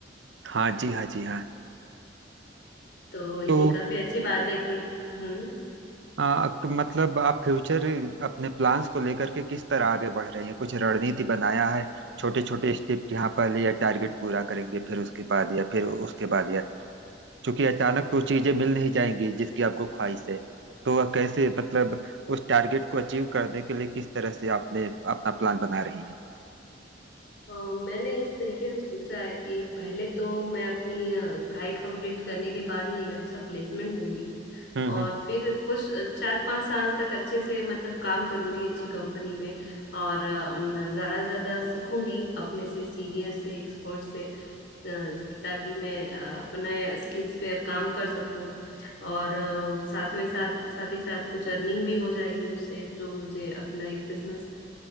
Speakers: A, on the right (about 70°); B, on the left (about 65°).
A: हाँ जी हाँ जी हाँ
B: तो ये
A: तो
B: काफी अच्छी बात है कि हम्म
A: आ, अक- मतलब आप फ्यूचर अपने प्लान्स को लेकर के किस तरह आगे बढ़ रहे हैं कुछ रणनीति बनाया है छोटे छोटे स्टेप कि हाँ पहले यह टारगेट पूरा करेंगे फिर उसके बाद या फिर उसके बाद या क्योंकि अचानक तो चीजें मिल नहीं जाएंगी जिसकी आपको ख्वाहिश है तो वह कैसे मतलब उस टारगेट को अचीव करने के लिए किस तरह से आपने अपना प्लान बना रही है
B: अ, मैंने इस तरीके से सोचा है कि पहले तो मैं अपनी अ, पढ़ाई कंप्लीट करने के बाद में एक अच्छा प्लेसमेंट लूंगी
A: हम्म
B: और
A: हम्म
B: फिर कुछ अ, चार पांच साल तक अच्छे से मतलब काम करूंगी अच्छी कंपनी में और अ, न, ज्यादा से ज्यादा सीखूंगी अपने से सीनियर से एक्सपर्ट से अ, ताकि मैं अ, अपने स्किल्स पे अब काम कर सकूं और अ, साथ में साथ साथ ही साथ कुछ अर्निंग भी हो जाएगी उससे जो मुझे अपना एक बिजनेस